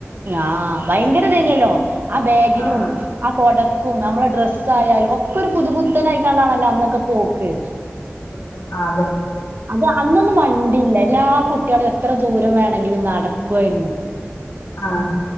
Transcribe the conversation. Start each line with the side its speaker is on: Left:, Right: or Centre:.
Right: ആ് ഭയങ്കര തന്നെയല്ലോ ആ ബാഗിനും
Left: ആഹ്
Right: ആ കൊട കും നമ്മള ഡ്രസ്സ് ആായാലും ഒക്കെ ഒരു പുതുപുത്തനായിക്കണ്ടാണല്ലോ അന്നൊക്കെ പോക്ക്
Left: ട്ട ആ
Right: അത് അന്നൊന്നും വണ്ടില്ല എല്ലാ കുട്ട കുട്ടികൾ എത്ര ദൂരം വേണമെങ്കിലും നടക്കുവായിരുന്നു
Left: ആഹ